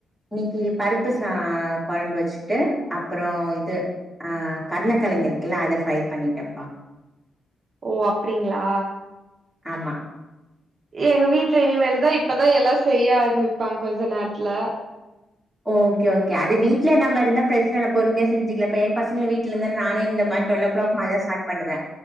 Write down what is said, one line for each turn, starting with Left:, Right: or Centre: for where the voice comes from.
Centre: இன்னைக்கு பருப்பு சா‌ கொழம்பு வச்சு ட்டு அப்புறோ இது ஆ கருணக்கிழங்கு இருக்குல்ல அத ஃப்ரை பண்ணிட்டேன்ப்பா
Right: ஓ அப்டிங்களா
Centre: ஆமா
Right: எங்க வீட்டுல இனிமேல்தா இப்பதா எல்லா செய்ய ஆரம்மிப்பாங்க கொஞ்ச நேரத்துல
Centre: ஓகே ஓகே அது வீட்டுல நம்ம இருந்தா பிரச்சனை இல்ல பொறுமையா செஞ்சுக்கலா இப்ப என் பசங்கலு வீட்டுல இருந்த நானு இந்த மாரி டூவல்லோஓகிளாக் மேலதா ஸ்டார்ட் பண்ணுவே